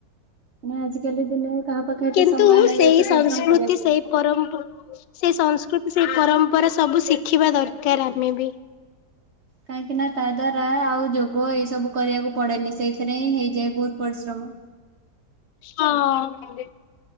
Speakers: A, on the right; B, on the left.
A: ନା ଆଜିକାଲି ଦୁନିଆରେ କାହା ପାଖେ ଏତେ
B: କିନ୍ତୁ
A: ସମୟ ନାହିଁ
B: ସେଇ
A: ଏତେ
B: ସଂସ୍କୃତି
A: ପରିଶ୍ରମ କରିବାକୁ।
B: ସେଇ ପରମ୍ପ ସେଇ ସଂସ୍କୃତି ସେଇ ପରମ୍ପରା ସବୁ ଶିଖିବା ଦରକାର ଆମେ ବି।
A: କାହିଁକି ନା ତା ଦ୍ଵାରା ଆଉ ଯୋଗ ଏଇ ସବୁ କରିବାକୁ ପଡେନି ସେଇଥିରେ ହିଁ ହେଇଯାଏ। ବହୁତ ପରିଶ୍ରମ।
B: ହଁ,